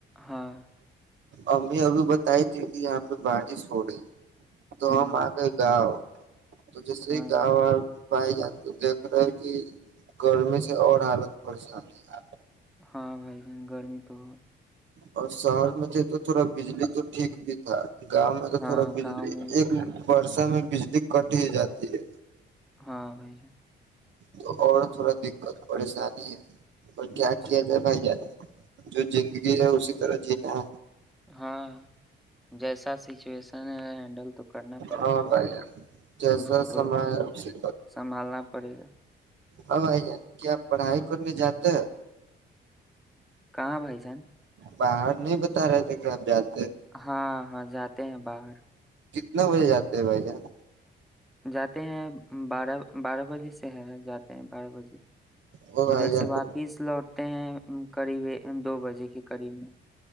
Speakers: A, in the centre; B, on the right.
A: ہاں
B: امی ابھی بتائی تھی کہ یہاں پہ بارش ہو رہی ہے تو
A: ہوں
B: ہم آ ک گاؤ تو جیسے
A: ہاں
B: ہی گا
A: بھائی
B: بھائی جان تو دیکھ رہے ہے کہ گرمی سے اور حالت پریشانی ہے آپ
A: ہاں بھائی جان گرمی تو ہو
B: اور شہر میں تھے تو تھوڑا بجلی تو ٹھیک بھی تھا گاؤں میں تو
A: ہاں
B: تھوڑا بجلی
A: گاؤں میں
B: ایک برسہ میں بجلی کٹ ہی جاتی ہے
A: ہاں بی گ
B: تو اور تھوڑا دقت پریشانی ہے اور
A: جان
B: کیا
A: اچھا
B: آھی پائی جات جو زندگی ہے اسی را جی ہ
A: ہاں جیسا سچویشن ہے ہینڈل تو کرنا پڑے
B: ہاں
A: گا
B: بھائی جان جیسا
A: اس کو تو
B: سما ہے اسی
A: سنبھالنا پڑے گا
B: ا بائی جان کیاپ پڑھائی کرنے جاتے ہیں
A: کہاں بھائی سان
B: باہر نہیں بتا رہے تھے کہ آپ ج
A: ہاں ہاں جاتے ہیں باہر
B: کتنے بجے جاتے ہیں بھائی جان
A: جاتے ہیں بارہ بارہ بجے سے ہے جاتے ہیں بار بجے
B: وہ
A: ادھر
B: بھائی جان
A: سے
B: تو
A: واپس لوٹتے ہیں قریب دو بجے کے قریب میں